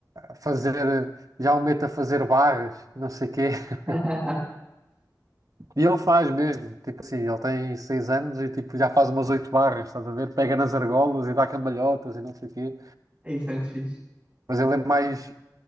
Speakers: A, on the right; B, on the right.
A: fazer. Já o meto a fazer barras, não sei o quê. <laughs>
B: <laughs>
A: E ele faz mesmo. Tipo assim, ele tem seis anos e tipo, já faz umas oito barras, estás a ver? Pega nas argolas e dá cambalhotas e não sei o quê.
B: É isso, é muito fixe.
A: Mas ele é mais.